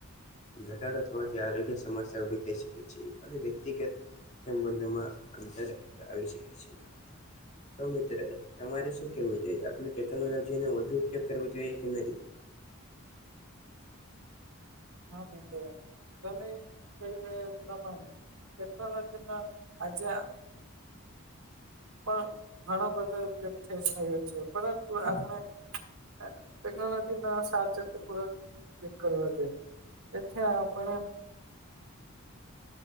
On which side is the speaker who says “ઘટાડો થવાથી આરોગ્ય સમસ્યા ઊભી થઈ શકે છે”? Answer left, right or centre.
Left